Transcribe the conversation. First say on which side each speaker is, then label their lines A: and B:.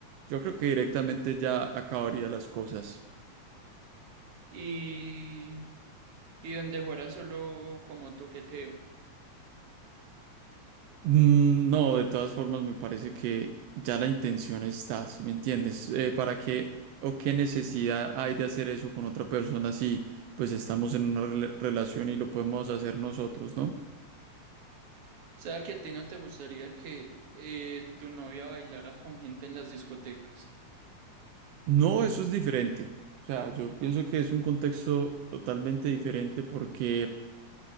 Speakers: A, on the right (about 75°); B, on the right (about 55°).
A: yo creo que directamente ya acabaría las cosas.
B: Y, y donde fuera solo como toqueteo.
A: Mm, No, de todas formas me parece que ya la intención está, si me entiendes? Eh, ¿para qué o qué necesidad hay de hacer eso con otra persona si pues estamos en una rela- relación y lo podemos hacer nosotros, ¿no?
B: O sea, que a ti no te gustaría que eh, tu novia bailara con gente en las discotecas.
A: No, eso es diferente. O sea, yo pienso que es un contexto totalmente diferente porque